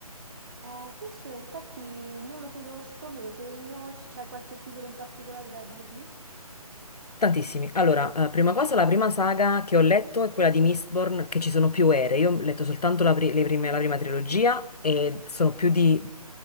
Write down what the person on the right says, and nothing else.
Eh, questo in effetti non lo conosco, me lo segno, c- c'è qualche titolo in particolare da dirmi?